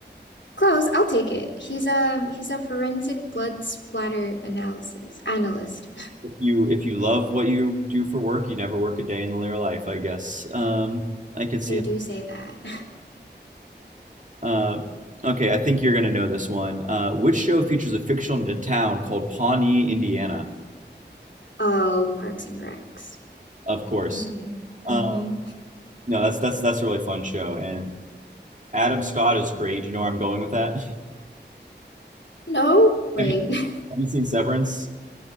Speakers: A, on the left; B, on the right.
A: Close, I'll take it. He's um he's a forensic blood splatter analysis analyst.
B: If you if you love what you do for work, you never work a day in your life, I guess. Um,
A: <laughs>
B: I can see.
A: They do say that. <laughs>
B: Uh, okay, I think you're gonna know this one. Uh, which show features a fictional town called Pawnee, Indiana?
A: Oh, Parks and Recs.
B: Of course.
A: Mm-hmm.
B: Uh,
A: Mm-hmm.
B: no, that's that's that's a really fun show, and Adam Scott is great. Do you know where I'm going with that? <laughs>
A: No, wait.
B: have, you,
A: <laughs>
B: have you seen Severance?